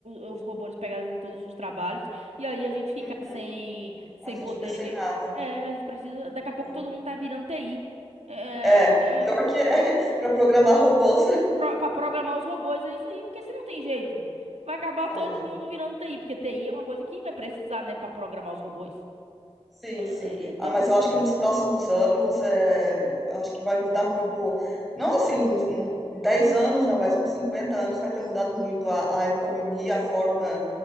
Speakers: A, on the right (about 85°); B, in the centre.
A: o- os robôs pegarem em todos os trabalhos e aí a gente fica
B: uhum.
A: sem, sem
B: A gente
A: poder.
B: fica sem nada.
A: É, a gente precisa. Daqui a pouco
B: É,
A: todo mundo tá virando TI. É,
B: É,
A: é,
B: pior que é <laughs> para programar robôs.
A: pro- pra programar os robôs é isso aí, porque se não tem jeito, vai acabar
B: É.
A: todo mundo virando TI, porque TI é uma coisa que vai precisar, né, Pra programar os robôs.
B: Sim, sim.
A: É, Então,
B: Ah, mas eu acho que nos próximos anos, é, eu acho que vai mudar muito, não assim, nos, num- em 10 anos, não, mas uns 50 anos vai ter mudado muito a, a economia, a forma,